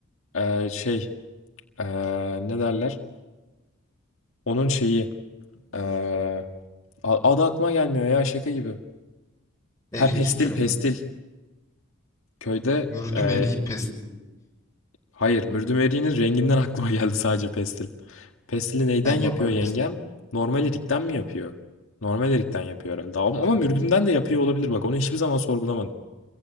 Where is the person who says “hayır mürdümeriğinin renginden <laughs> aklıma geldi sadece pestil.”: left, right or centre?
Left